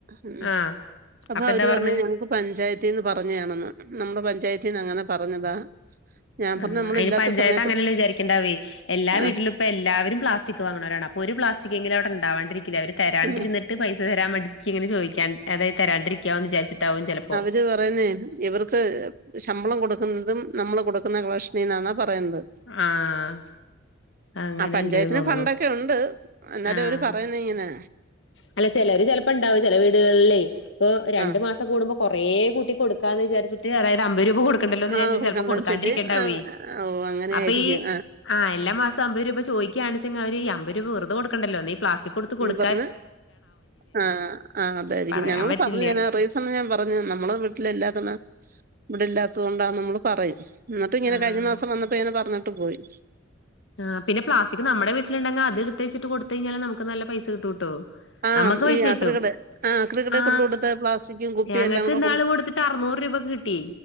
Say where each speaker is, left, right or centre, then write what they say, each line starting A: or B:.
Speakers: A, on the right (about 45°); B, on the left (about 65°).
A: ഉം
B: ആ
A: അപ്പൊ അവര്
B: എന്താ
A: പർ
B: പറഞ്ഞേ
A: ഞ്ഞ് ഞക്ക് പഞ്ചായത്തീന്ന് പറഞ്ഞെയാണെന്ന് നമ്മടെ പഞ്ചായത്തീന്നങ്ങനെ പറഞ്ഞതാ? ഞാൻ
B: ആ
A: പറഞ്ഞു നമ്മള്
B: അയ്ന്
A: ഇല്ലാത്ത
B: പഞ്ചായത്ത്
A: സമയത്ത്
B: അങ്ങനെല്ല വിചാരിക്ക്ണ്ടാവേയ് എല്ലാ
A: ആഹ്
B: വീട്ട്ലും ഇപ്പ എല്ലാവരും പ്ലാസ്റ്റിക് വാങ്ങ്ണോരാണ് അപ്പൊ ഒരു പ്ലാസ്റ്റികെങ്കിലും അവ്ടെണ്ടാവാണ്ടിരിക്കില്ല അവര് തരാണ്ടിര്ന്ന്ട്ട്
A: ആഹ്
B: പൈസ തരാൻ മടിച്ചിങ്ങനെ ചോയ്ക്കാൻ അതായത് തരാണ്ടിരിക്ക്യോവും ന്നിചാര്ച്ച്ട്ടാവും ചെലപ്പോ.
A: ഇവര് പറയുന്നേ ഇവർക്ക് ശമ്പളം കൊടുക്ക്ന്നതും നമ്മള് കൊടുക്കുന്ന കളക്ഷനീന്നാന്നാ പറയ്ന്ന്ത്.
B: ആഹ്. അങ്ങനെണ്ട്
A: ആഹ് പഞ്ചായത്തില്
B: തോന്നണു
A: ഫണ്ടൊക്കെ ഉണ്ട് എന്നാലും
B: ആഹ്
A: അവര് പറയുന്നെ ഇങ്ങനെ.
B: അല്ല ചെലര് ചെലപ്പണ്ടാവും ചെല വീട്കൾലെ ഇപ്പൊ രണ്ടു
A: ആ
B: മാസം കൂടുമ്പോ കൊറേ കൂട്ടി കൊട്ക്കാന്ന് വിചാരിച്ചിട്ട് അതായത് അമ്പത് രൂപ കൊട് ക്കണ്ടല്ലോന്നിചാരാച്ച്
A: ആ
B: ചെൽപ്പോം
A: കണ്ടം
B: കൊട്ക്കാണ്ടിര്ക്ക്ണ്ടാവ്വെ
A: ചൊല്ലി ആ ഓ അങ്ങനെ
B: അപ്പൊ
A: ആയിരിക്കും
B: ഈ ആ എല്ലാ മാസും അമ്പത് രൂപ ചോയ് ക്ക്യാണിച്ചെങ്കെ അവര് അമ്പത് രൂപ വെർതെ കൊട്ക്കണ്ടല്ലോ എന്തേലും പ്ലാസ്റ്റിക്കൊട്ത്ത് കൊട്
A: വന്ന് ആ അതായിരിക്കും
B: പറയാൻ
A: ഞങ്ങള്
B: പറ്റില്ല
A: പർഞ്ഞ്ങ്ങനെ റൈസ് അന്ന് ഞാൻ പർഞ്ഞ് നമ്മള് വീട്ടിലില്ലാത്തെന്നാ ഇവിടല്ലാത്തത് കൊണ്ടാ നമ്മള് പറയും. ഇന്നട്ട്ങ്ങനെ
B: ആഹ്
A: കഴിഞ്ഞ മാസം വന്നപ്പിങ്ങനെ പർഞ്ഞിട്ട് പോയി.
B: ആ പിന്നെ പ്ലാസ്റ്റിക് നമ്മടെ വീട്ട്ല്ണ്ടെങ്ക അത്ട്ത്തെച്ച്ട്ട് കൊട് ത്തയ്ഞ്ഞാല് നമുക്ക് നല്ല പൈസ കിട്ടൂട്ടോ.
A: ആ
B: നമ്മക്ക് പൈസ
A: ഈ
B: കിട്ടും
A: ആക്രി കട ആക്രി കടയിൽ
B: ആ
A: കൊണ്ട് കൊടുത്ത പ്ലാസ്റ്റിക്കും കുപ്പിയും
B: ഞങ്ങക്ക്
A: എല്ലാം കൂടെ
B: ഇന്നാള് കൊട്ത്തിട്ട് അർനൂറ് രൂപ കിട്ടി.